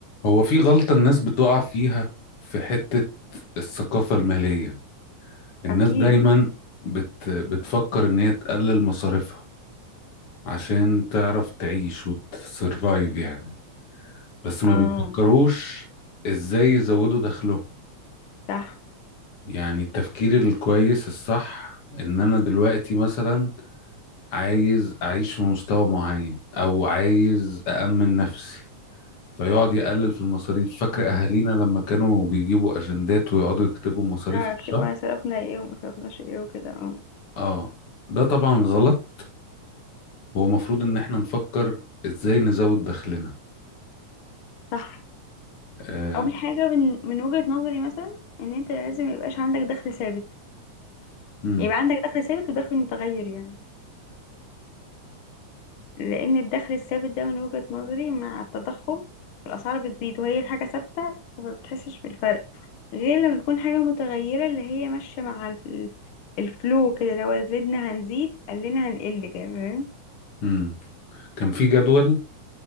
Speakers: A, on the left (about 50°); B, on the left (about 80°).
A: هو في غلطة الناس بتقع فيها في حتة الثقافة المالية الناس
B: اكيد
A: دايما بت... بتفكر إن هي تقلل مصاريفها عشان تعرف تعيش وتسرفايف يعني بس ما
B: اه
A: بيفكروش إزاي يزودوا دخلهم
B: صح
A: يعني التفكير الكويس الصح إن أنا دلوقتي مثلا عايز أعيش في مستوى معين أو عايز أأمن نفسي فيقعد يقلل في المصاريف فاكر اهالينا لما كانوا بيجيبوا اجندات ويقعدوا يكتبوا مصاريف
B: اه اكتب
A: الشهر
B: وانا صرفنا ايه وما صرفناش ايه وكده اه
A: اه ده طبعا غلط هو المفروض ان احنا نفكر ازاي نزود دخلنا
B: صح
A: آه.
B: اول حاجه من من وجهه نظري مثلا ان انت لازم يبقاش عندك دخل ثابت
A: مم.
B: يبقى عندك دخل ثابت ودخل متغير يعني لان الدخل الثابت ده من وجهه نظري مع التضخم الاسعار بتزيد وهي الحاجه ثابته فما بتحسش بالفرق غير لما تكون حاجه متغيره اللي هي ماشيه مع ال- الفلو كده لو زدنا هنزيد قلنا هنقل كمان
A: مم. كان في جدول